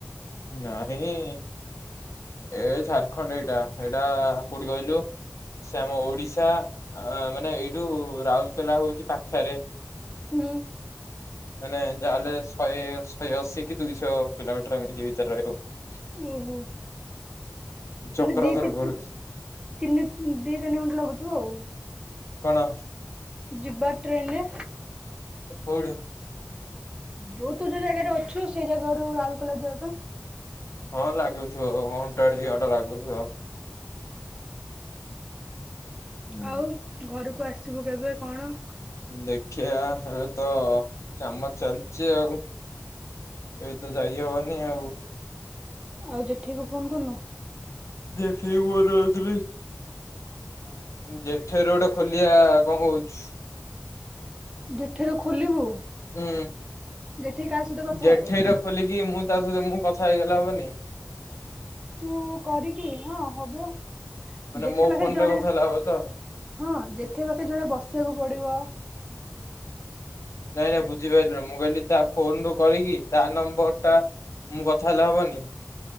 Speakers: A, on the left; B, on the right.
A: ନାହିଁ। ଏ ଝାରଖଣ୍ଡ ଏଇଟା ଏଇଟା କୋଉଠି କହିଲୁ ସେ ଆମ ଓଡିଶା ଅ ମାନେ ଏଇଠୁ ରାଉରକେଲା ହଉଛି ପାଖରେ।
B: ହୁଁ।
A: ମାନେ ଯାହାହେଲେ ଶହେ ଶହେ ଅଶୀ କି ଦୁଇଶହ କିଲୋମିଟର ଏମିତି ଭିତରେ ରହିବ। <inaudible>
B: ଓହୋ
A: ଚକ୍ରଧରପୁର
B: ମାନେ ଦିତି ତିନି ଦି ତିନି ଘଣ୍ଟା ଲାଗୁଥିବ ଆଉ।
A: କଣ?
B: ଯିବା ଟ୍ରେନରେ।
A: କୋଉଠି।
B: ଯୋଉ ତୁ ଯୋଉ ଜାଗାରେ ଅଛୁ ସେଇ ଜାଗାାରୁ ରାଉରକେଲା ଯିବା ପା।
A: ହଁ ଲାଗୁଥିବ ଘଣ୍ଟା ଦି ଘଣ୍ଟା ଲାଗୁଥିବ। ହୁଁ।
B: ହଁ ଆଉ ଘରକୁ ଆସିବୁ କେବେ କଣ?
A: ଦେଖିବା ଏବେ ତ କାମ ଚାଲିଛି ଆଉ। ଏବେ ତ ଯାଇ ହବ ନି ଆଉ।
B: ଆଉ ଯେଠିକୁୁ ଫୋନ କରିନୁ?
A: ଯେଠି କୁ ଫୋନ୍ କରିଥିଲି
B: <inaudible>
A: ଜେଠେ ର ଗୋଟେ ଖୋଲିବା କଣ କହୁଛୁ?
B: ଯେଠେର ଖୋଲିବୁ
A: ଉଁ
B: ଯେଠି କାହା ସହିତ କଥା
A: ଜେଠେଇର
B: ହେବ?
A: ଖୋଲିକି ମୁଁ ତା ସହିତ ମୁଁ କଥା ହେଇଗଲେ ହବନି।
B: ତୁ କରିକି ହଁ ହବ
A: ମାନେ
B: ଯେଠେ
A: ମୋ
B: ପାଖେ
A: ଫୋନରେ
B: ଜଣେ
A: କଥା ହେଲେ ହବ ତ?
B: ହଁ ଯେଠେ ପାଖେ ଜଣେ ବସିବାକୁ ପଡିବ।
A: ନାଇଁ ନାଇ ବୁଝିପାରିଲୁନି ମୁଁ କହିଲି ତା ଫୋନ ରୁ କରିକି ତା ନମ୍ବର ଟା ମୁଁ କଥା ହେଲେ ହବନି?